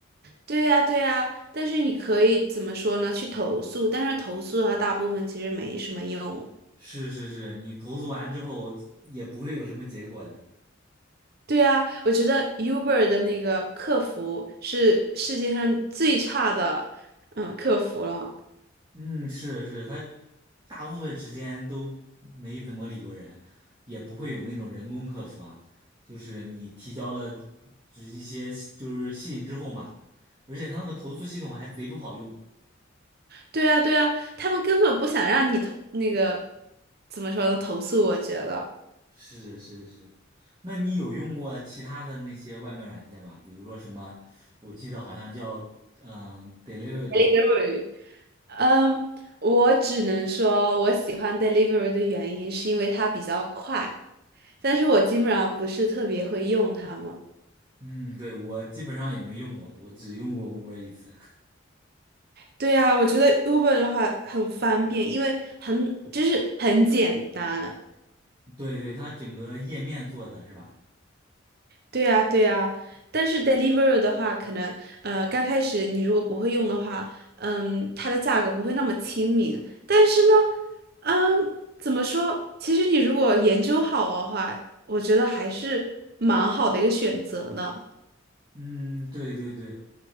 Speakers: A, on the right (about 50°); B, on the right (about 25°).
A: 对呀，对呀，但是你可以怎么说呢？去投诉，但是投诉的话，大部分其实没什么用。
B: 是是是，你投诉完之后也不会有什么结果的。
A: 对呀，我觉得 Uber 的那个客服是世界上最差的，嗯，客服了。
B: 嗯，是是，他大部分时间都没怎么理过人，也不会有那种人工客服啊，就是你提交了就是一些就是信之后嘛，而且他那个投诉系统还贼不好用。
A: 对呀，对呀，他们根本不想让你投那个怎么说呢？投诉，我觉得。
B: 是是是，那你有用过其他的那些外卖软件吗？比如说什么，我记得好像叫嗯 Deliveroo，
A: Delivery。嗯，我只能说我喜欢 Delivery 的原因是因为它比较快。但是我基本上不是特别会用它们。
B: 嗯，对，我基本上也没用过，我只用过 Uber 一次。<laughs>
A: 对啊，我觉得 Uber 的话很方便，因为很就是很简单。
B: 对对，它整个页面做的是吧？
A: 对啊，对啊。但是 Deliveroo 的话，可能呃刚开始你如果不会用的话，嗯，它的价格不会那么亲民。但是呢，嗯，怎么说？其实你如果研究好的话，我觉得还是蛮好的一个选择呢。
B: 嗯，对对对，